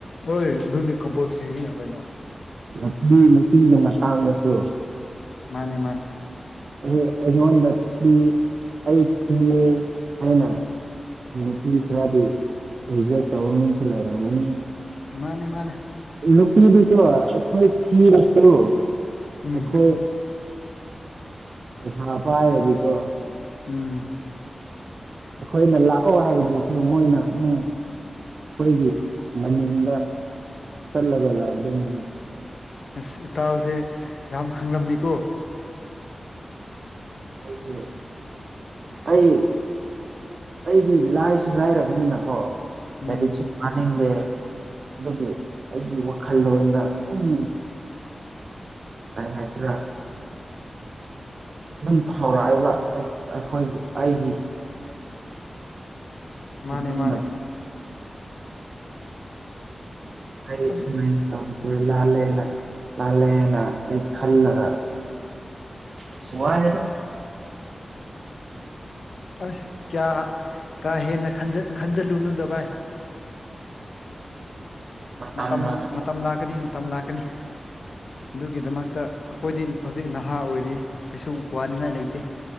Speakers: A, on the left; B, on the right.
A: ꯍꯣꯏ ꯑꯗꯨꯗꯤ ꯀꯝꯄꯜꯁꯤꯔꯤꯅꯤ ꯀꯩꯅꯣ
B: ꯅꯨꯄꯤ ꯅꯨꯄꯤꯒꯤ ꯃꯇꯥꯡꯗꯁꯨ
A: ꯃꯥꯅꯦ ꯃꯥꯅꯦ
B: ꯑꯦ ꯑꯩꯉꯣꯟꯗ ꯊꯤ ꯑꯩ ꯊꯌꯦ ꯍꯥꯏꯅ ꯅꯨꯄꯤ ꯈꯔꯗꯤ ꯔꯤꯖꯦꯛ ꯇꯧꯔ ꯃꯤꯁꯨ ꯂꯩꯔꯝꯃꯅꯤ
A: ꯃꯥꯅꯦ ꯃꯥꯅꯦ
B: ꯅꯨꯄꯤꯗꯤꯀꯣ ꯑꯩꯈꯣꯏ ꯊꯤꯔꯁꯨꯨ
A: ꯎꯝ
B: ꯑꯩꯈꯣꯏ ꯄꯩꯁꯥ ꯄꯥꯏꯔꯗꯤꯀꯣ
A: ꯎꯝ
B: ꯑꯩꯈꯣꯏꯅ ꯂꯥꯛꯑꯣ ꯍꯥꯏꯕꯗꯔꯁꯨ ꯃꯣꯏꯅ ꯑꯗꯨꯝ ꯑꯩꯈꯣꯏꯒꯤ ꯃꯅꯤꯡꯗ ꯆꯠꯂꯒ ꯂꯥꯛꯗꯣꯏꯅꯤꯅꯦ
A: ꯑꯁ ꯏꯇꯥꯎꯁꯦ ꯌꯥꯝ ꯈꯪꯂꯝꯃꯤꯀꯣ
B: ꯑꯩꯁꯦ ꯑꯩ ꯑꯩꯗꯤ ꯂꯥꯏꯁꯨ ꯂꯥꯏꯔꯕꯅꯤꯅꯀꯣ
A: ꯎꯝ
B: ꯂꯥꯏꯔꯤꯛꯁꯨ ꯄꯥꯅꯤꯡꯗꯦ ꯑꯗꯨꯒꯤ ꯑꯩꯒꯤ ꯋꯥꯈꯜꯂꯣꯟꯗ ꯑꯗꯨꯝ ꯀꯩ ꯍꯥꯏꯁꯤ꯭ꯔꯥ ꯑꯗꯨꯝ ꯐꯥꯎꯔꯛꯏꯕ ꯑꯩ ꯑꯩꯈꯣꯏꯒꯤ ꯑꯩꯒꯤ
A: ꯃꯥꯅꯦ
B: ꯄꯨꯛꯅꯤꯡꯅ
A: ꯃꯥꯅꯦ
B: ꯑꯩ
A: ꯑꯗꯨ
B: ꯁꯨꯃꯥꯏ ꯂꯧꯁꯦ ꯂꯥꯜꯂꯦꯅ ꯂꯥꯜꯂꯦꯅ ꯑꯩ ꯈꯜꯂꯒ ꯑꯁ ꯋꯥꯏꯗ
A: ꯑꯁ ꯀꯌꯥ ꯀꯥ ꯍꯦꯟꯅ ꯈꯟꯖꯜꯂꯨꯅꯨꯗ ꯚꯥꯏ
B: ꯃꯇꯝꯅ
A: ꯃꯇꯝ ꯃꯇꯝ ꯂꯥꯛꯀꯅꯤ ꯃꯇꯝ ꯂꯥꯛꯀꯅꯤ ꯑꯗꯨꯒꯤꯗꯃꯛꯇ ꯑꯩꯈꯣꯏꯗꯤ ꯍꯧꯖꯤꯛ ꯅꯍꯥ ꯑꯣꯏꯔꯤ ꯀꯩꯁꯨ ꯋꯥꯅꯤꯡꯉꯥꯏ ꯂꯩꯇꯦ